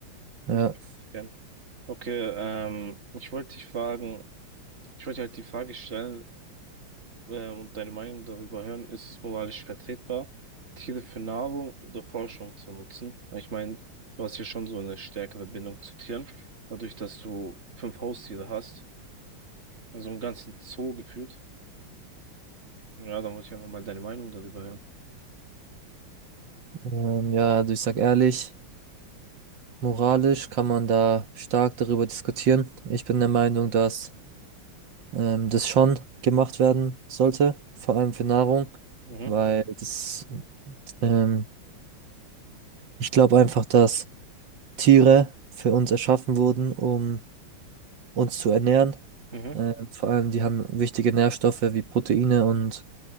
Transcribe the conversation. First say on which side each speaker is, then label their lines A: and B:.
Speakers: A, on the right; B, on the right.
A: <laughs>
B: Und-
A: ja,
B: Gern. Okay, ähm, ich wollte dich fragen, ich wollte halt die Frage stellen, äh, und deine Meinung darüber hören, ist es moralisch vertretbar, Tiere für Nahrung oder Forschung zu nutzen? Ich meine, du hast ja schon so eine stärkere Bindung zu Tieren, dadurch, dass du fünf Haustiere hast, also einen ganzen Zoo gefühlt. Ja, dann wollte ich einfach mal deine Meinung darüber hören.
A: ähm, ja, also ich sag ehrlich, moralisch kann man da stark darüber diskutieren. Ich bin der Meinung, dass ähm, das schon gemacht werden sollte, vor allem für Nahrung,
B: Mhm,
A: weil das, ähm, ich glaube einfach, dass Tiere für uns erschaffen wurden, um uns zu ernähren.
B: mhm,
A: Äh, vor allem, die haben wichtige Nährstoffe wie Proteine und